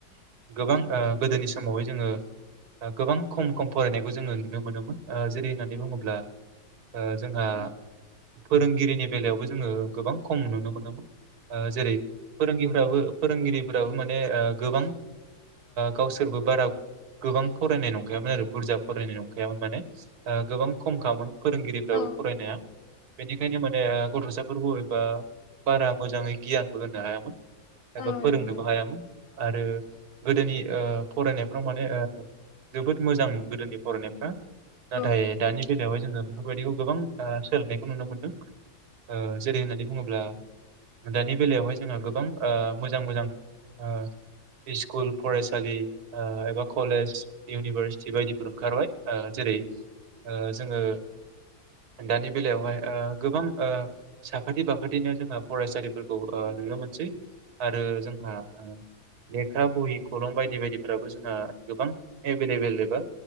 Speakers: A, on the right; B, on the left.
A: गोबां ओ गोदोनि समावहाय जोङो गोबां खम खम फरायनायखौ जोङो नुनो मोनोम। ओ जेरै- होननानै
B: औ
A: बुङोब्ला
B: नंगौ
A: ओ जोंहा फोरोंगिरिनि बेलायावबो जोङो गोबां खम नुनो मोनोमोन। ओ जेरै फोरोंगिरिफोराबो फोरोंगिरिफोराबो माने गोबां गावसोरबो बारा गोबां फरायनाय नंखायामोन आरो बुरजा फरायनाय नंखायामोन माने ओ गोबां खमखामोन! फोरोंगिरिफ्राबो
B: औ
A: फरायनाया बेनिखायनो माने गथ'साफोरखौ एबा बारा मोजाङै गियानबो होनो हायामोन। एबा
B: नंगौ औ नंगौ औ
A: फोरोंनोबो
B: नंगौ
A: हायामोन आरो गोदोनि। ओ फरायनायफ्राव माने ओ जोबोद मोजांमोन गोदोनि फरायनायफ्रा नाथाय
B: नंगौ औ नंगौ
A: दानि बेलायावहाय जोङो बेफोरबायदिखौ गोबां ओ सोलायनायखौ नुनो मोनदों। ओ जेरै होननानै बुङोब्ला- ब्ला दानि बेलायावहाय जोङो गोबां ओ मोजां मोजां ओ स्कुल फरायसालि ओ एबा कलेज इउनिभारसिटि बायदिफोर ओंखारबाय। ओ जेरै- जोङो दानि बेलायावहाय ओ गोबां ओ साखाथि बाखाथिनो जोङो फरायसालिफोरखौ ओ नुनो मोनसै! आरो जोंहा उम! लेखा बहि खलम बायदि बायदिफोराबो जोंहा गोबां एभेलेबेल एबा